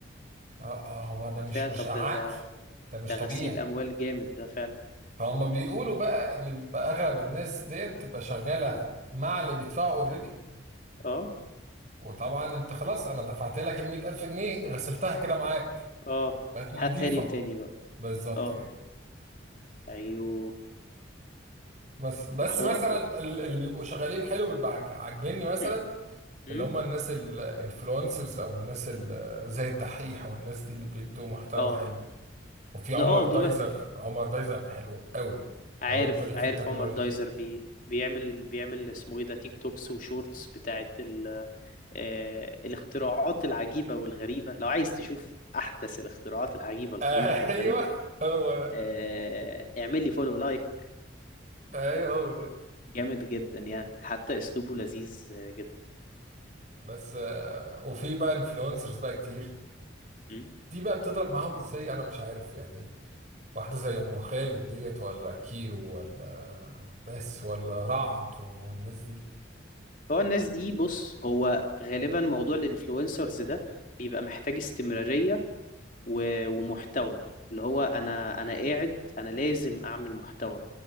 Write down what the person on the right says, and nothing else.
اه اه هو ده
مش
مش
عقل
ده مش
طبيعي
فهم بيقولوا بقى ان بيبقى اغلب الناس ديت بتبقى شغاله
مع اللي بيدفعوا اوريدي
وطبعا انت خلاص انا دفعت لك ال 100000 جنيه غسلتها كده معاك
بقت نظيفه
بالظبط
كده
بس بس
مثلا
ال- اللي بيبقوا شغالين حلو بيبقى عاج- عاجبني مثلا
اللي هم الناس الانفلونسرز او الناس ال- زي الدحيح والناس دي اللي بيدوا محتوى
حلو وفي عمر
دايزر
عمر دايزر حلو قوي
لو انت ليك
في التكنولوجيا
<laughs>
ايوه هو ده
ايوه هو ده
بس آه، وفي بقى انفلونسرز بقى كتير
دي بقى بتضرب معاهم ازاي انا مش عارف يعني واحدة زي ام خالد ديت ولا كيرو ولا ناس ولا رعد والناس دي